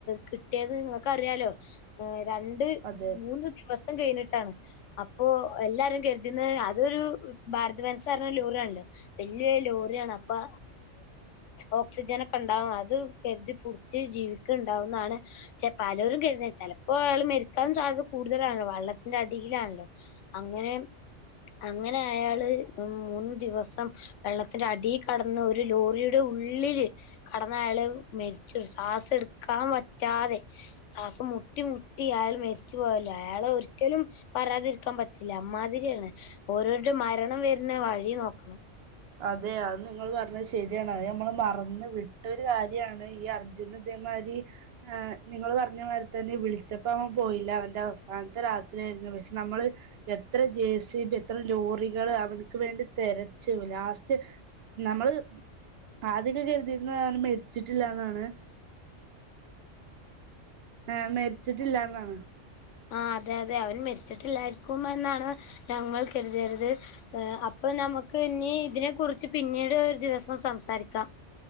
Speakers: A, on the left; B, on the right.
A: കിട്ടിയത് നിങ്ങൾക്ക് അറിയാലോ രണ്ട്
B: അതെ
A: മൂന്ന് ദിവസം കഴിഞ്ഞ <unintelligible> അപ്പോ എല്ലാരും കരുതുന്നത് അതൊരു ഭാരത വനസ ലൂറ ആണല്ലോ വല ലോറിയാണ് അപ്പൊ ഓക്സിജന ഒക്കെ ഉണ്ടാവും അത് കരുതിപ്പടിച്ച് ജീവിക്കണ്ടാവുന്നാണ് പലരും കരുത ചിലപ്പോയാള് മെരുക്കാനും സാധ്യത കൂടുതലാണല്ലോ വെള്ളത്തിന്റെ അടിയിലാണല്ലോ അങ്ങനെ അങ്ങനെ അയാള് മൂന്ന് ദിവസം വെള്ളത്തിന്റെ അടി കടന്ന് ഒരു ലോറിയുടെ ഉള്ളില് കടന്ന ആള് മരിച്ച സവാസ എടു ക്കാൻ പറ്റാതെ ശ്വാസം മുട്ടി മുട്ടി അയാൾ മരിച്ചു പോയല്ലോ അയാൾ ഒരിക്കലും വരാതിരിക്കാൻ പറ്റില്ല അമാതിരിയാണ് ഓരോരുടെ മരണം വരുന്ന വഴി നോക്കണം
B: അതെ അത് നിങ്ങൾ പറഞ്ഞത് ശരിയാണ് അ നമ്മൾ മറന്ന് വിട്ടൊരു കാര്യമാണ് ഈ അർജുനദ്ദേ മാരി നിങ്ങള് പറഞ്ഞ മാരി തന്നെ വിളിച്ചപ്പോ അവൻ പോയില്ല അവന്റെ അവസാനത്തെ രാത്രിയാ പക്ഷെ നമ്മള് എത്ര ജെ സി ബി എത്ര ലോറികൾ അവനക്ക് വേണ്ടി തെരച്ച് <unintelligible> ലാസ്റ്റ് നമ്മള് ആദ്യൊക്കെ കരുതിരുന്ന അവന് മരിച്ചിട്ടില്ലന്നാണ് ആ മരിച്ചിട്ടില്ലാ ന്നാണ്
A: ആ അതെ അതെ അവൻ മരിച്ചിട്ടില്ലായിരിക്കും എന്നാണ് ഞങ്ങൾ കരുതരുത് അപ്പ നമുക്ക് ഇനി ഇതിനെ കുറിച്ച് പിന്നീട് ഒരു ദിവസം സംസാരിക്കാം